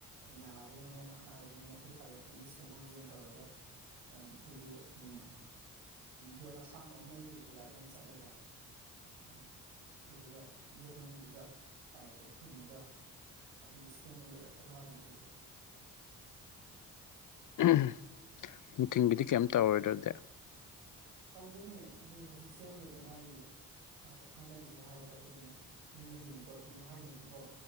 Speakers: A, on the right; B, on the left.
A: ꯌꯥꯔꯣꯏꯅ ꯃꯣꯏꯅ ꯍꯥꯏꯔꯕꯅꯤꯅ ꯑꯩꯈꯣꯏ ꯄꯥꯏꯌꯞꯇꯣꯝꯇ ꯁꯦꯝꯍꯧꯖꯦꯟ ꯇꯧꯔꯒ ꯑꯩꯈꯣꯏꯒꯤ ꯎꯝ ꯌꯣꯠ ꯑꯁꯥꯡꯕ ꯑꯃ ꯂꯩꯔꯨꯔꯦ ꯗꯗꯥ ꯏꯕꯥꯅꯤ ꯆꯠꯂꯒ ꯎꯝ ꯑꯗꯨꯗꯨꯒ ꯌꯣꯠ ꯃꯅꯨꯡꯗꯨꯗ ꯄꯥꯏꯞꯇꯣ ꯐꯨꯝꯃꯒ ꯑꯗꯨꯒꯤ ꯁꯦꯝꯕ ꯂꯣꯏꯔꯛꯇ ꯉꯥꯏꯔꯤꯅꯤ ꯍꯧꯖꯤꯛꯇ
B: ꯑꯝ ꯅꯨꯡꯊꯤꯟꯒꯤꯗꯤ ꯀꯩꯝ ꯇꯧꯔꯣꯏꯗ꯭ꯔ ꯑꯗꯨꯗꯤ
A: ꯇꯧꯗꯣꯏꯅꯦ ꯑꯗꯨ ꯍꯧꯖꯤꯛ ꯁꯦꯝꯃ ꯂꯣꯏꯗ ꯉꯥꯏꯔꯤꯌꯦ ꯂꯥꯛꯄ ꯊꯥꯅꯈꯤꯁꯦ ꯍꯥꯏꯔꯒ ꯑꯗꯨꯒ ꯑꯃꯨꯛ ꯃꯤꯒꯤ ꯍꯌꯦꯡ ꯄꯣꯠꯄꯤꯌꯨ ꯍꯥꯏꯅꯦꯕꯀꯣ